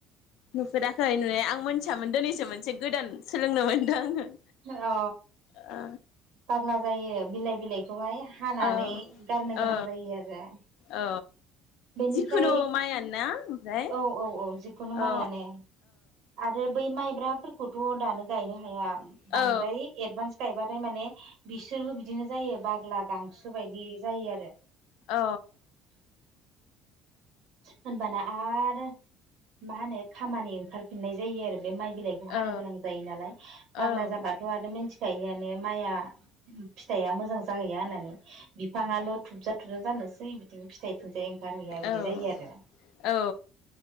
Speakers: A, on the left; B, on the right.
A: नुफेराखै नुनाया आं मोनथियामोन दिनैसो मोनसे गोदान सोलोंनो मोनदो आङो
B: अ
A: ओ
B: बाग्ला जायो बिलाइ बिलाइखौहाय हानानै
A: औ
B: गारनो
A: औ
B: गोनां जायो आरो
A: औ
B: बेनिफ्राय
A: जिखुनु माइयानोना ओमफ्राय
B: औ औ औ जिखुनु माइआनो
A: औ
B: आरो बै माइब्राफोरखौथ' दानो गायनो हाया बांद्राय
A: औ
B: एडभान्स गायबाथाय माने बिसोरबो बिदिनो जायो बाग्ला गांसो बायदि जायो आरो
A: अ
B: होनबाना आरो मा होनो खामानि ओंखारफिननाय जायो आरो बे माइ बिलाइ खौ
A: औ
B: हानो गोनां जायो नालाय बाग्ला
A: औ
B: जाबा थ' आरो मिथिखायोआनो माइआ फिथाइआ मोजां जाहैया होननानै बिफाङाल' थुबजा थुबजा जानोसै बिदिनो फिथाइथिंजाय ओंखार हैया बिदि
A: औ
B: जायो आरो
A: औ